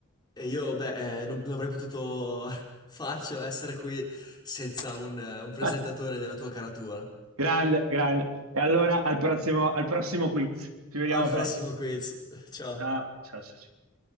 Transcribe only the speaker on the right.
Ah,
grande, grande. E allora al prossimo, al prossimo quiz. Ci vediamo
presto.
Ciao, ciao, ciao. ciao.